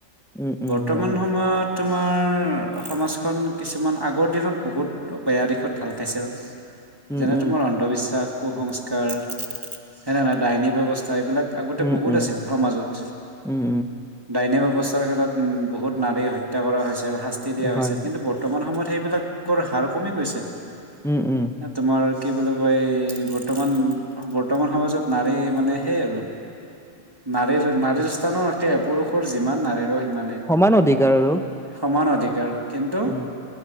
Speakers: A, in the centre; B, on the right.
A: উম উম
B: বৰ্তমান
A: হয় হয়
B: সময়ত তোমাৰ সমাজখন কিছুমান আগৰ দিনত বহুত বেয়া দিশত ঢাল খাইছে।
A: উম
B: যেনে
A: উম
B: তোমাৰ অন্ধবিশ্বাস কুসংস্কাৰ, সেনেহেনে ডাইনী ব্যৱস্থা এইবিলাক আগতে
A: উম
B: বহুত
A: উম
B: আছিল সমাজত।
A: উম
B: ডাইনী ব্যৱ <unintelligible> ক্ষেত্ৰত উম বহুত নাৰী হত্যা কৰা হৈছে। শাস্তি দিয়া
A: উম হয়
B: হৈছিল,
A: হয়
B: কিন্তু বৰ্তমান সময়ত সেইবিলাক কৰ হাৰ কমি গৈছে।
A: উম উম
B: এ তোমাৰ কি বুলি কয় এই, বৰ্তমান, বৰ্তমান সমাজত নাৰী মানে সেই আৰু নাৰীৰ-নাৰীৰ
A: উম,
B: স্থানো একে। পুৰুষৰ যিমান নাৰীৰ ৰো সিমানে।
A: সমান অধিকাৰ আৰু
B: সমান অধিক কাৰ কিন্তু
A: উম